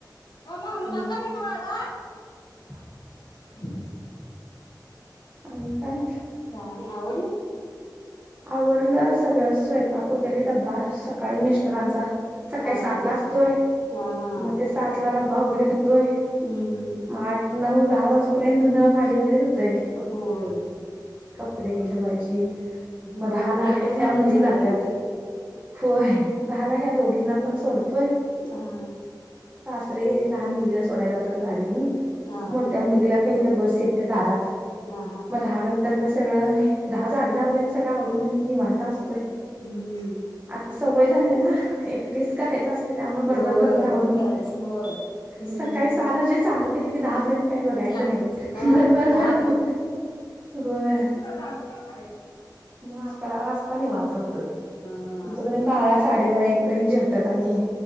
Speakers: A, on the left; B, on the right.
A: म हनुमान <unintelligible>
B: हा
A: ह
B: आणि काय
A: काय नाही आवरल?
B: आवरलं सगळं स्वयं पाक वगैरे डब्बा सकाळी मिस्टरांचा सकाळी
A: हा
B: सात
A: हा
B: ला असतोय.
A: हा हा
B: मग ते सात ला डब्बा वगैरे होतोय.
A: हम् हम्
B: मग आठ नऊ दहा वाजूपर्यंत धुनं भांडी वगैरे होतय.
A: होय
B: कपडे धुवायची
A: हा
B: म दहा ला
A: एकटंच
B: ह्या
A: म्हणताना
B: मुली
A: सगळं
B: जातात.
A: हे होतंय
B: होय झाला ह्या दोघींना पण सोडतोय.
A: हा
B: सासरे लहान मुलगीला सोडायला जातात गाडी घेऊन
A: हा
B: मोठ्या
A: हा
B: मुलगीला काही बस येत दारात
A: हा हा
B: मग
A: हा
B: दहा नंतर सगळं दहा साडे पर्यंत सगळं आवरून निवांता असतोय.
A: हम्म
B: आता सवय झाले ना. एक एकटीच करायच असते त्यामुळे
A: होय
B: भर भर आवरून
A: करायचं होय हम्म
B: सकाळी सहाला जे चालू के कि दहा पर्यंत काही बघायचं
A: चालूच
B: नाही
A: हा
B: भर, भर,
A: दहा
B: भर, होय.
A: चालू करून
B: मग अकरा वाजता निवांत होतोय
A: हा
B: तोपर्यंत बारा वाजता साडे बारा एक पर्यंत जेवतात आणि